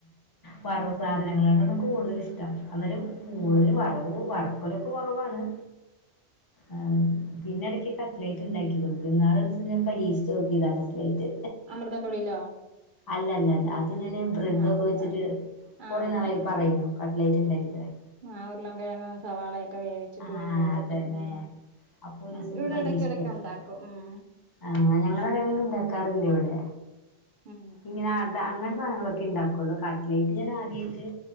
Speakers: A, on the left; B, on the right.
A: വറവ് സാധനങ്ങളാണ് <unintelligible> കൂടുതൽ ഇഷ്ടം എന്നാലും കൂടുതൽ
B: ഉം
A: വറവ് വറക്കലൊക്കെ കൊറവാണ് ആഹ് പിന്നെ എടക്ക് കട്ലേറ്റ് ഇണ്ടാക്കി കൊടുക്കും ഇന്നാള് ഒരീസം ഞാൻ പരീക്ഷിച്ച് നോ ഇതാ കട്ലൈറ്റ്
B: അമൃതം പൊടിയിലോ?
A: അല്ലല്ല അല്ല അത് ഞാൻ ബ്രെഡൊക്കെ
B: ആഹ് അല്ലാതെ
A: വെച്ചിട്ട്
B: ആഹ്
A: കൊറെ നാളായി
B: അല്ലാതെ
A: പറയണു കട്ലൈറ്റ് ഇണ്ടാക്കി തരാൻ
B: ആ ഉരുളൻ കെഴങ്ങ് സവാളയൊക്കെ വേവി ച്ച്
A: ആഹ്
B: പുഴുങ്ങി എടുത്തിട്ട്
A: അതന്നെ
B: ഉം
A: അപ്പൊ ഒരു ദിവസം
B: അത്
A: ഒന്ന്
B: ഇവിടെ
A: പരീക്ഷിച്ച്
B: എടക്ക് എടക്ക്
A: നോക്കി
B: ഉണ്ടാക്കും ഉം
A: ആഹ് ഞങ്ങളെ അങ്ങനെയെല്ലം ഇണ്ടാക്കാറുണ്ട് ഇവിടെ
B: ഉം
A: ഇങ്ങനെ അത് അങ്ങനത്തെ സാധനങ്ങളൊക്കെ ഇണ്ടാക്കുള്ളൂ കട്ട്ലറ്റ് ഞാൻ ആദ്യായിട്ട്